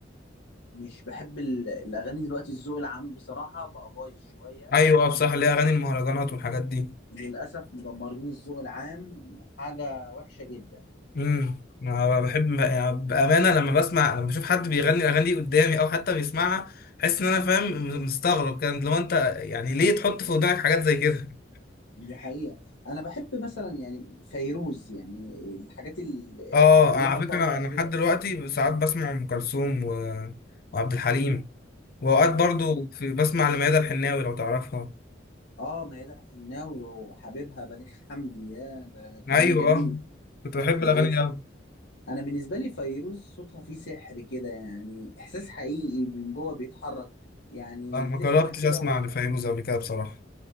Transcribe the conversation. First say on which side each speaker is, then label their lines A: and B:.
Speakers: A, on the left (about 90°); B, on the left (about 50°).
A: مش بحب ال- الاغاني دلوقتي الذوق العام بصراحه بقى بايظ شويه
B: ايوه اه بصراحه ليه اغاني المهرجانات والحاجات دي
A: للاسف مدمرين الذوق العام حاجه وحشه جدا
B: امم انا بحب يعني بامانه لما بسمع لما بشوف حد بيغني الاغاني دي قدامي او حتى بيسمعها احس ان انا فاهم مستغرب كان لو انت يعني ليه تحط في ودانك حاجات زي كده
A: دي حقيقه انا بحب مثلا يعني فيروز يعني الحاجات ال-
B: اه
A: اللي ليها
B: على
A: طابع
B: فكرة انا
A: كده
B: لحد دلوقتي ساعات بسمع ام كلثوم و... وعبد الحليم
A: مم.
B: واوقات برضو في بسمع لميادة الحناوي لو تعرفها
A: اه ميادة الحناوي وحبيبها بليغ حمدي يا ده كلام
B: ايوه
A: جميل
B: آه. كنت بحب
A: بإيه
B: الاغاني دي اوي
A: انا بالنسبه لي فيروز صوتها فيه سحر كده يعني احساس حقيقي من جوه بيتحرك يعني
B: لا ما
A: تسمع
B: جربتش
A: كده
B: اسمع
A: وهي
B: لفيروز قبل كده بصراحة